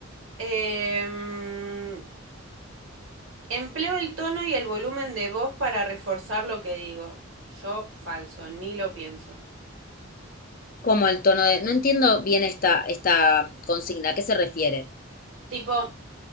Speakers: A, on the right (about 75°); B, on the left (about 45°).
A: Em, empleo el tono y el volumen de voz para reforzar lo que digo. Yo falso, ni lo pienso.
B: Como el tono de... No entiendo bien esta, esta consigna, ¿a qué se refiere?
A: Tipo,